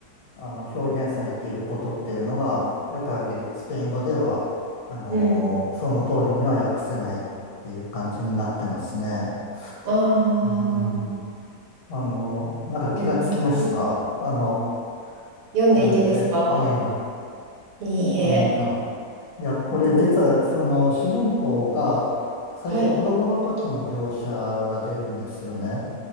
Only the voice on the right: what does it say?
うん。ああ。
うんうんうん読んでいてですか
いいえ。
うんはい。